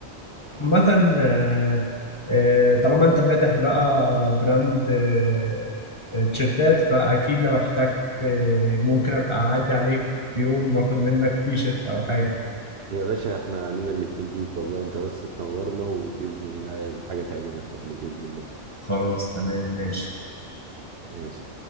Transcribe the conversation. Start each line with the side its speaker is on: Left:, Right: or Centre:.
Left: عامة آه، آه، طالما انت فاتح بقى براند آه، آه، تيشيرتات فاكيد لو احتجت آه، ممكن ابقى اعدي عليك في يوم واخد منك تيشيرت او حاجة
Right: يا باشا احنا عنينا الاتنين ليك والله انت بس تنورنا وبإذن الله الحاجة تعجبك يعني بإذن الله
Left: خلاص تمام ماشي
Right: ماشي